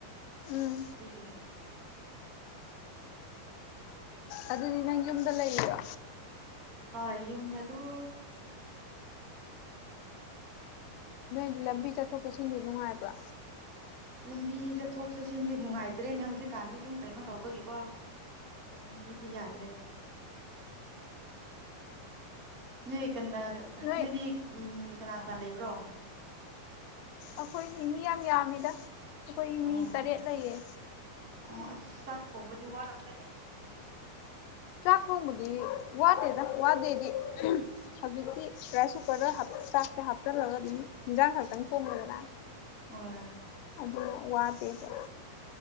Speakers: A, on the left; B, on the right.
A: ꯎꯝ
B: ꯑꯗꯨꯒꯤ
A: ꯑꯗꯨꯗꯤ ꯅꯪ ꯌꯨꯝꯗ ꯂꯩꯔꯤꯔꯣ
B: ꯍꯣꯏ ꯌꯨꯝꯗ ꯑꯇꯨꯝ
A: ꯅꯣꯏꯗꯤ ꯂꯝꯕꯤ ꯆꯠꯊꯣꯛ ꯆꯠꯁꯤꯟꯗꯤ ꯅꯨꯡꯉꯥꯏꯕ꯭ꯔꯥ
B: ꯂꯝꯕꯤ ꯆꯠꯊꯣꯛ ꯆꯠꯁꯤꯟꯁꯦ ꯅꯨꯡꯉꯥꯏꯇ꯭ꯔꯦꯅꯦ ꯍꯧꯖꯤꯛꯀꯥꯟꯗꯤ ꯑꯗꯨꯝ ꯀꯩꯅꯣ ꯇꯧꯕꯒꯤꯀꯣ ꯕꯤꯗꯤ ꯌꯥꯗ꯭ꯔꯦꯗ ꯅꯣꯏ ꯀꯟꯅ
A: ꯅꯣꯏ
B: ꯅꯣꯏꯗꯤ ꯎꯝ ꯀꯅꯥ ꯀꯅꯥ ꯂꯩꯕ꯭ꯔꯣ
A: ꯑꯩꯈꯣꯏꯒꯤ ꯃꯤ ꯌꯥꯝ ꯌꯥꯝꯃꯤꯗ ꯑꯩꯈꯣꯏ
B: ꯑꯣ
A: ꯃꯤ ꯇꯔꯦꯠ ꯂꯩꯌꯦ
B: ꯑꯣ ꯑꯁ ꯆꯥꯛ ꯊꯣꯡꯕꯗꯤ ꯋꯥꯔꯝꯒꯅꯤ
A: ꯆꯥ ꯊꯣꯡꯃꯗꯤ ꯋꯥꯗꯦꯗ ꯋꯥꯗꯦꯗꯤ ꯍꯧꯖꯤꯛꯇꯤ ꯔꯥꯏꯁ ꯀꯨꯀꯔꯗ ꯆꯥꯛꯇꯦ ꯍꯥꯞꯆꯜꯂꯒ ꯑꯗꯨꯝ ꯍꯟꯖꯥꯡ ꯈꯛꯇꯪ ꯊꯣꯡꯉꯦꯗꯅ
B: ꯑꯣ
A: ꯑꯗꯨꯅ ꯋꯥꯗꯦꯕ